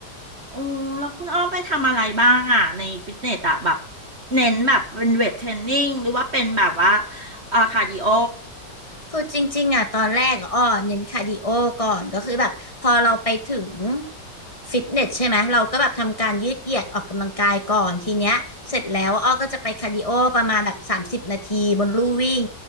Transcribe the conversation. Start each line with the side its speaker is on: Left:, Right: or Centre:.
Right: โอ้แล้วคุณอ้อมไปทำอะไรบ้างอ่ะในฟิตเนสอ่ะแบบเน้นแบบเป็นเวทเทรนนิ่งหรือว่าเป็นแบบว่าเอ่อคาร์ดิโอ
Left: คือจริงๆอ่ะตอนแรกอะอ้อเน้นคาร์ดิโอก่อนก็คือแบบพอเราไปถึงฟิตเนสใช่ไหมเราก็แบบทำการยืดเหยียดออกกำลังกายก่อนทีเนี้ยเสร็จแล้วอ้อก็จะไปคาร์ดิโอประมาณแบบสามสิบนาทีบนลู่วิ่ง